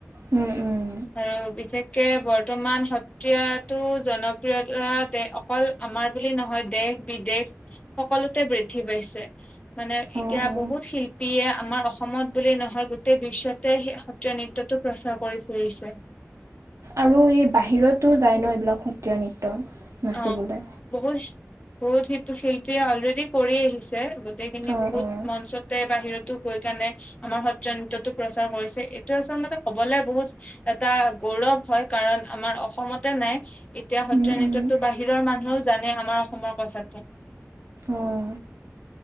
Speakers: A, on the right; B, on the left.
A: উম উম।
B: আৰু বিশেষকে বৰ্তমান সত্ৰিয়াতটো জনপ্ৰিয়তা দে অকল। আমাৰ বুলি নহয় দেশ -বিদেশ সকলোতে বৃদ্ধি পাইছে। মানে
A: অ
B: এতিয়া
A: অ
B: বহুত শিল্পীয়ে আমাৰ অসমত বুলি নহয় গোটেই বিশ্বতে সত্ৰীয়া নৃত্যটো প্ৰচাৰ কৰি ফুুলিছে।
A: আৰু এই বাহিৰতো যায় ন এইবিলাক সত্ৰীয়া নৃত্য। নাচিবলৈ
B: অ বহুত বহুত শিল শিল্পীয়ে অলৰেডি কৰি আহিছে। গোটেইখিনি
A: অ
B: বহুত
A: অ
B: মঞ্চতে বাহিৰত গৈ কেনে আমাৰ সত্ৰ নৃত্যটো প্ৰচাৰ কৰিছে, এইটো আচল মতে কবলে বহুত এটা গৌৰৱ হয় কাৰণ আমাৰ অসমতে নাই এতিয়া সত্ৰীয়
A: উম
B: নৃত্য
A: উম
B: মানুহেও জানে আমাৰ অসমৰ কথাটো।
A: অহ